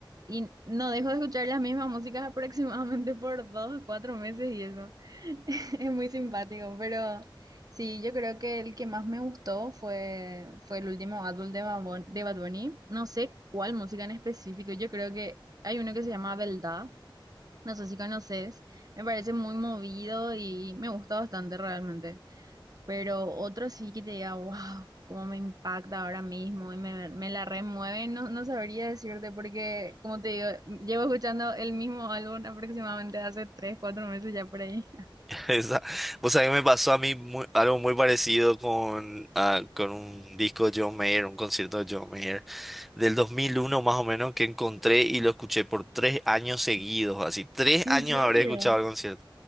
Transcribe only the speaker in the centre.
<laughs> Esa, vos sabés que me pasó a mí muy- algo muy parecido con, ah, con un disco de John Mayer, un concierto de John Mayer, del 2001 más o menos, que encontré y lo escuché por tres años seguidos, así, tres
años
habré escuchado el concierto.